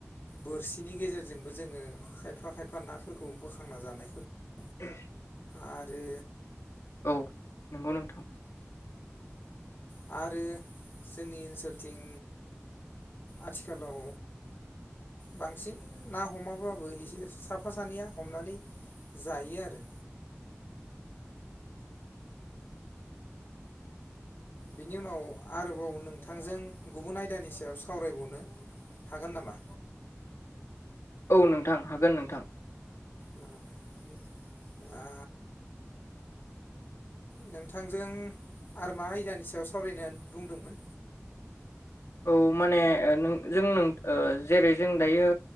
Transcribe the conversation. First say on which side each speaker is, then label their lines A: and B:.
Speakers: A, on the left; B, on the left.
A: बोरसिनि गेजेरजोंबो जोंङो खायफा खायफा नाफोरखौ बोखांना जानायखौ नु
B: <inaudible>
A: आरो
B: औ नंगौ नोंथां
A: उमआरो जोंनि ओनसोलथिं आथिखालाव बांसिन ना हमाबाबो एसे साफा सानैया हमनानै जायो आरो बिनि उनाव आरोबाव नोंथांजों गुबुन आयदानि सायाव सावरायबावनो हागोन नामा?
B: औ नोंथां हागोन नोंथां
A: आं आ नोंथांजों आरमा आयदानि सायाव सावरायनो बुंदोंमोन।
B: औ माने ओ नों जों नों ओ जेरै जों दायो